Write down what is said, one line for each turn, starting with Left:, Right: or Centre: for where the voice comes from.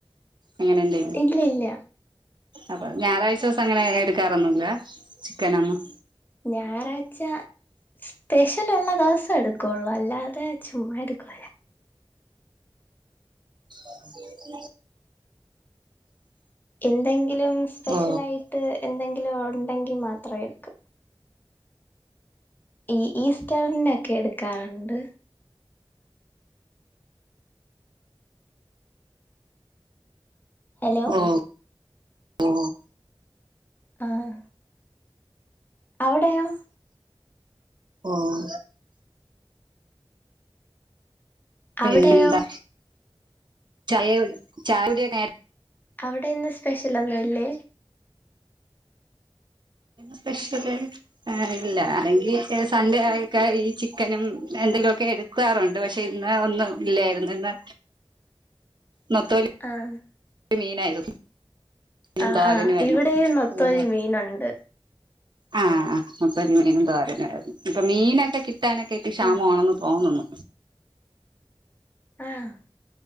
Right: എങ്ങനെണ്ട്
Left: ഇല്ല ഇല്യ
Right: അപ്പ ഞായറാഴ്ച ദിവസം അങ്ങനെ എടുക്കാറൊന്നൂല്ലോ ചിക്കനൊന്നും
Left: ഞായറായ്ച്ച സ്പെഷലുള്ള ദിവസെ എടുക്കുള്ളൂ അല്ലാതെ ചുമ്മ എടുക്കൂല
Right: <unintelligible>
Left: എന്തെങ്കിലും സ്പെഷലായിട്ട്
Right: ഓ
Left: എന്തെങ്കിലും ഉണ്ടെങ്കി മാത്രം എടുക്കു ഈ ഈസ്റ്റേൻനോക്കെ എടുക്കാറുണ്ട് അലോ
Right: ഓ ഓ
Left: ആഹ് അവടെയോ
Right: ഓഹ് പിന്നെന്താ
Left: അവിടെയോ
Right: ചായകുടി ചായ ടിയൊക്കെ നേരെ
Left: അവിടെ ഇന്ന് സ്പെഷ്ല് ഒന്നൂല്ലെ
Right: സ്പെഷ്യല് എഹ് ഇല്ല അല്ലെങ്കി സൺഡേ ആയൊക്കെ ഈ ചിക്കനും എന്തെങ്കിലുക്കെ എടുത്ത് ക്കാറുണ്ട് പക്ഷെ ഇന്ന് ഒന്നും ഇല്ലായിരുന്നു ഇന്ന് നത്തോലി
Left: ആഹ്
Right: മീനായിരുന്നു പിന്നെ
Left: ആഹ്
Right: തോരനു
Left: ആഹ്
Right: ആയിരുന്നു
Left: ഇവിടെയും നൊത്തോലി
Right: ങ്ങനെ
Left: മീനുണ്ട്
Right: ആഹ് അപ്പൊ മീനും തോരനുഅയിരുന്നു ഇപ്പം മീനൊക്കെ കിട്ടാനൊക്കെ ഇത്തിരി ക്ഷാമമാണോന്ന്
Left: ആഹ്
Right: തോന്നുന്നു
Left: ആഹ്